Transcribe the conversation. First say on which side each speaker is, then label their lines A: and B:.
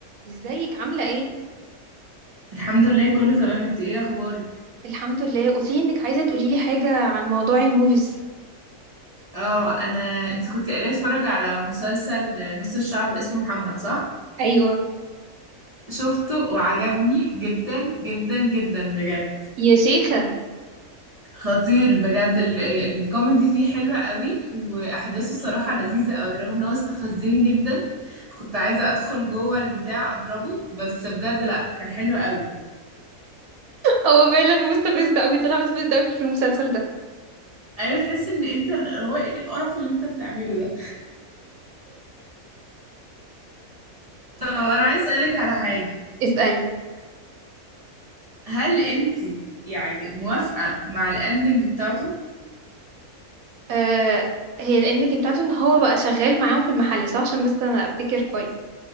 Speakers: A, on the right; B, on the right.
A: ازيك عاملة ايه؟
B: الحمد لله كله تمام انت ايه اخبارك
A: الحمد لله قولي انك عايزة تقوليلي حاجة عن موضوع الموفيز
B: اه انا انت كنت قاعده اتفرج على مسلسل نص الشعب اسمه محمد صح
A: ايوه
B: شفته وعجبني جدا جدا جدا بجد
A: يا شيخة
B: خطير بجد ال- الكوميدي فيه حلوة قوي واحداثه الصراحه لذيذه قوي رغم ان هو استفزني جدا كنت عايزه ادخل جوه البتاع اضربه بس بجد لا كان حلو قوي
A: هو فعلا مستفز قوي طلع مستفز قوي في المسلسل ده
B: ايوه تحس ان انت ال- هو ايه القرف اللي انت بتعمله ده <laughs> طب انا عايز اسالك على حاجه
A: اسألي
B: هل انت يعني موافقة مع الاندنج بتاعته
A: آه هي الاندنج بتاعته ان هو بقى شغال معاهم في المحل صح عشان بس انا افتكر كويس